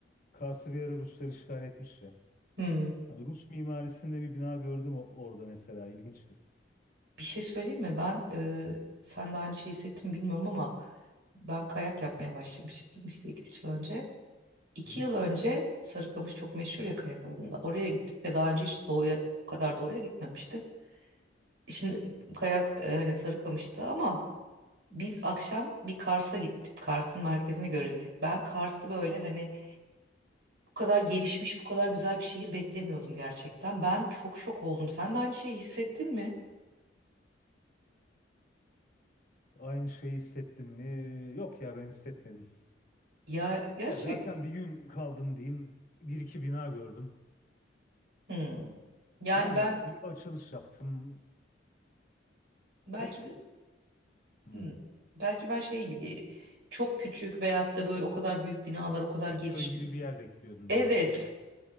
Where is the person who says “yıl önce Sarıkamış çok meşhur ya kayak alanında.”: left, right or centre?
Right